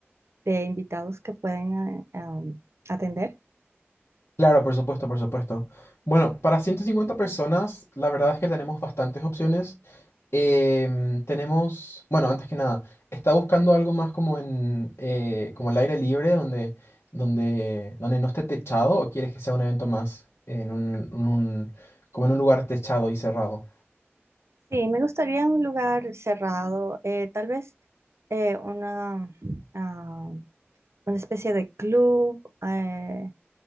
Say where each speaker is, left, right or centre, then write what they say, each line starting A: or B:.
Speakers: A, on the right (about 80°); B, on the left (about 75°).
A: de invitados que pueden eh, um, atender.
B: Claro, por supuesto, por supuesto. Bueno, para 150 personas, la verdad es que tenemos bastantes opciones. Em, tenemos, bueno, antes que nada, está buscando algo más como en eh, como el aire libre, donde, donde, donde no esté techado, o quieres que sea un evento más en un, en un- como en un lugar techado y cerrado?
A: Sí, me gustaría un lugar cerrado, eh, tal vez eh, una... ah, una especie de club eh,